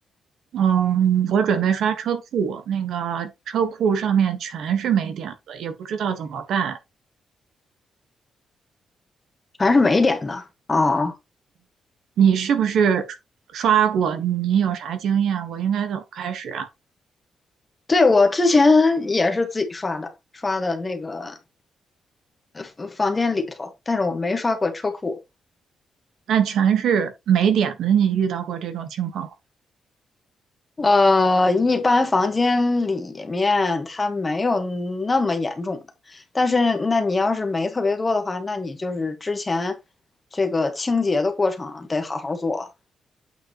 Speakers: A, on the right (about 75°); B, on the left (about 20°).
A: 嗯，我准备刷车库，那个车库上面全是霉点子，也不知道怎么办。
B: 全是霉点的哦。
A: 你是不是刷过？你有啥经验？我应该怎么开始啊？
B: 对，我之前也是自己刷的，刷的那个呃房间里头，但是我没刷过车库。
A: 那全是霉点子，你遇到过这种情况吗？
B: 呃，一般房间里面它没有那么严重的，但是那你要是霉特别多的话，那你就是之前这个清洁的过程得好好做。